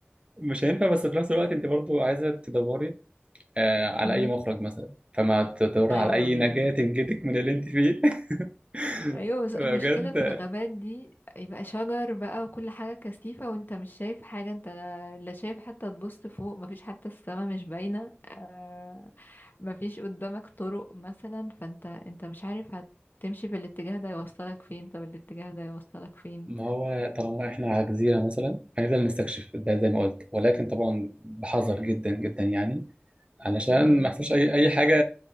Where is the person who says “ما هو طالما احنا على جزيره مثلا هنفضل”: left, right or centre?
Right